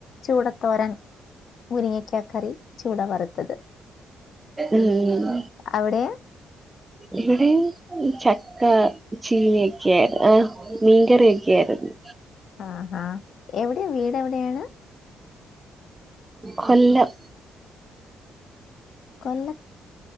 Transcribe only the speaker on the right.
ഉം
ഇവിടേ ഈ ചക്ക ചീനിക്കൊയായിര്ന്ന് ആഹ് മീൻകറിയൊക്കെ ആര്ന്ന്
കൊല്ലം